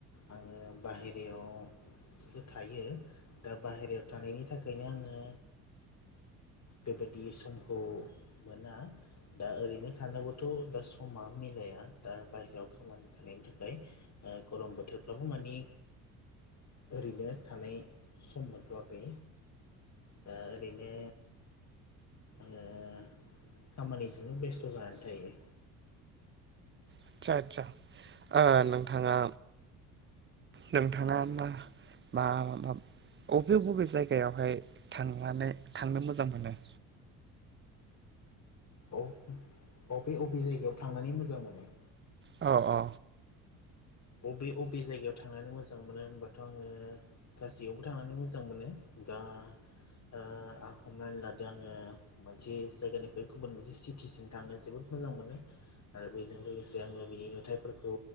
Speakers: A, on the left; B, on the right.
A: आङो बाहेरायाव सु थायो दा बाहेरायाव थानायनि थाखायनो आङो बेबायदि समखौ मोना दा ओरैनो थानाबोथ' दा समा मिलाया दा बाहेरायाव खामानि थानायनि थाखाय गरम बोथोरफ्राबो मानि ओरैनो थानाय सम मोनथ'आाखै दा ओरैनो आङो खामानिजोंनो बेस्थ' जानानै थायो
B: आदसा आदसा ओ नोंथाङा नोंथाङामा बा मा बबे बबे जायगायावहाय थांनानै थांनो मोजां मोनो
A: अबे बबे जायगायाव थांनानै मोजां मोनो
B: औ औ
A: बबे बबे जायगायाव थांनानै मोजां मोनो होनबाथ' आङो गासैयावबो थांनानै मोजां मोनो दा आं हमनानै लादो आङो मोनसे जायगानिफ्राय गुबुन मोनसे सिटिसिम थांनो जोबोद मोजां मोनो आरो बेजों लोगोसे आङो बिनि नुथायाइफोरखौ